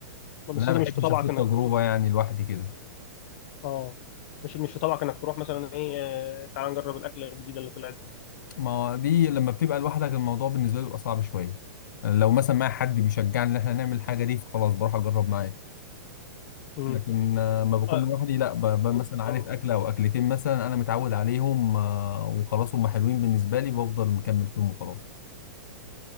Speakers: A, on the left (about 80°); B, on the left (about 45°).
A: لأن
B: بس
A: أنا
B: انت
A: ما بحبش
B: مش في طبعك
A: آخد
B: انك
A: تجربة
B: تروح
A: يعني لوحدي كده
B: اه مش مش في طبعك انك تروح مثلا ايه آه، تعال نجرب الاكله الجديده اللي طلعت دي
A: ما هو دي لما بتبقى لوحدك الموضوع بالنسبة لي بيبقى صعب شوية يعني لو مثلا معايا حد بيشجعني ان احنا نعمل الحاجة دي فخلاص بروح اجرب معاه
B: امم
A: لكن آه، ما بكون
B: آه،
A: لوحدي لا ب- ب-
B: ممكن
A: مثلا عارف
B: اه
A: اكلة او اكلتين مثلا انا متعود عليهم آه، وخلاص هم حلوين بالنسبة لي بفضل مكمل فيهم وخلاص